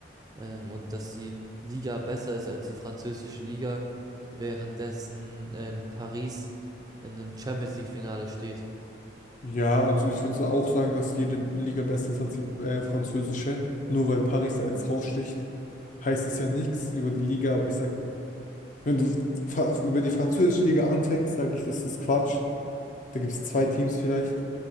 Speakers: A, on the right; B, on the left.
A: Ähm, und dass die Liga besser ist als die französische Liga, währenddessen ähm, Paris in einem Champions League Finale steht.
B: ja, also ich würde auch sagen, dass jede Liga besser ist als die äh, französische. Nur weil Paris da jetzt raussticht, heißt es ja nichts über die Liga. Aber ich sag, wenn du fa- über die französische Liga anfängst, sage ich, das ist Quatsch. Da gibt es zwei Teams vielleicht